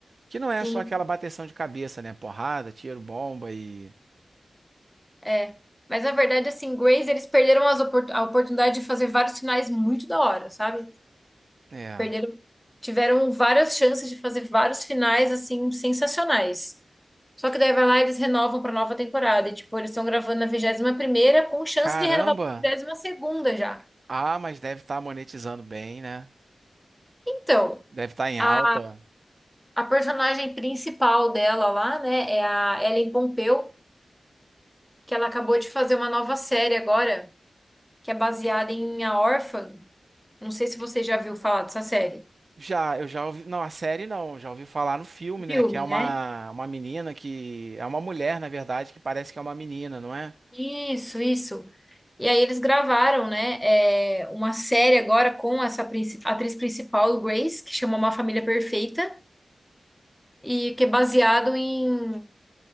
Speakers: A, on the right (about 50°); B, in the centre.
A: Que não
B: sim,
A: é só aquela bateção de cabeça, né? Porrada, tiro, bomba e...
B: é. Mas na verdade, assim, Grace, eles perderam as opor- a oportunidade de fazer vários finais muito da hora, sabe?
A: É.
B: Perderam, tiveram várias chances de fazer vários finais assim sensacionais. Só que daí vai lá e eles renovam para nova temporada. E, tipo, eles estão gravando na vigésima primeira com chance
A: Caramba!
B: de renovar para vigésima segunda já.
A: Ah, mas deve estar monetizando bem, né?
B: Então,
A: Deve estar em
B: a,
A: alta.
B: a personagem principal dela lá, né, é a Ellen Pompeu, que ela acabou de fazer uma nova série agora, que é baseada em A Órfã. Não sei se você já viu falar dessa série.
A: Já, eu já ouvi. Não, a série não, já ouvi falar no filme, né?
B: Filme,
A: Que é uma,
B: né?
A: uma menina que. É uma mulher, na verdade, que parece que é uma menina, não é?
B: Isso, isso. E aí eles gravaram, né, é, uma série agora com essa princi- atriz principal, Grace, que chama Uma Família Perfeita, e que é baseado em,